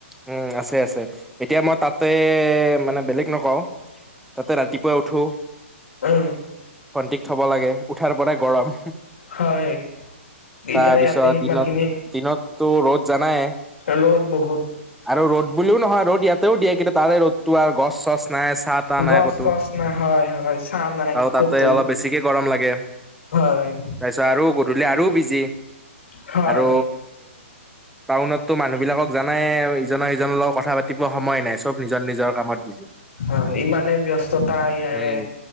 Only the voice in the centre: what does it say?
উম আছে আছে এতিয়া মই তাতে মানে বেলেগ নকওঁ। তাতে ৰাতিপুৱা উঠোঁ।
ভণ্টিক থব লাগে উঠাৰ পৰাই গৰম।
তাৰপিছত
দিনত
দিনততো ৰ'দ জানাই?
আৰু ৰ'দ বুলিও নহয় ৰ'দ ইয়াতেও দিয়ে কিন্তু তাৰে ৰ'দতটো আৰু গছ চছ নাই চাহ তাহ নাই
ক'তো
আৰু তাতে
অলপ বে বেছিকে গৰম লাগে
তাৰপিছত আৰু গধূলি আৰু বিজি
আৰু টাউনততো মানুহ বিলাকক জানাই ইজনৰ-সিজনৰ লগত কথা পাতিব সময় নাই, চব নিজৰ নিজৰ কামত বিজি।
উম,